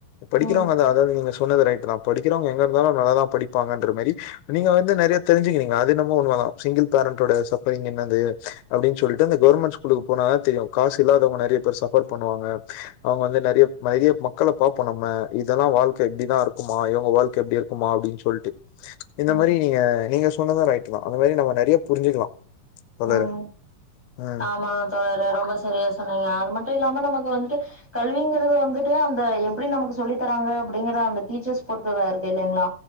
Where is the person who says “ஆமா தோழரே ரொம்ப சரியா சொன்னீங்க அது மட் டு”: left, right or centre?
Centre